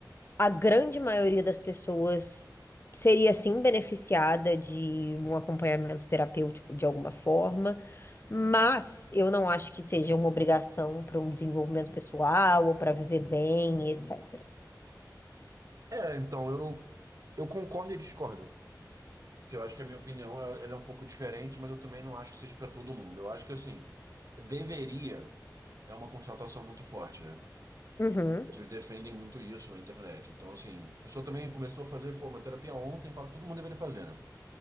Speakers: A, on the left (about 35°); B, on the right (about 50°).
A: a grande maioria das pessoas seria sim beneficiada de um acompanhamento terapêutico de alguma forma, mas eu não acho que seja uma obrigação para um desenvolvimento pessoal ou para viver bem, etc.
B: É, então, eu não, eu concordo e discordo. Porque eu acho que a minha opinião é- ela é um pouco diferente, mas eu também não acho que seja para todo mundo. Eu acho que, assim, deveria é uma constatação muito forte, né?
A: Uhum.
B: As pessoas defendem muito isso na internet. Então, assim, a pessoa também começou a fazer, pô, uma terapia ontem, fala que todo mundo deveria fazer, né?